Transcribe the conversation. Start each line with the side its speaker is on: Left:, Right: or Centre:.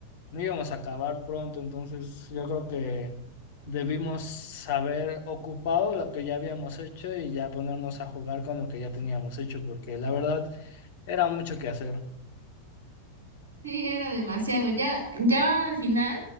Left: no íbamos a acabar pronto, entonces yo creo que debimos haber ocupado lo que ya habíamos hecho y ya ponernos a jugar con lo que ya teníamos hecho, porque la verdad era mucho que hacer.
Right: Sí, era demasiado. Ya, ya al final,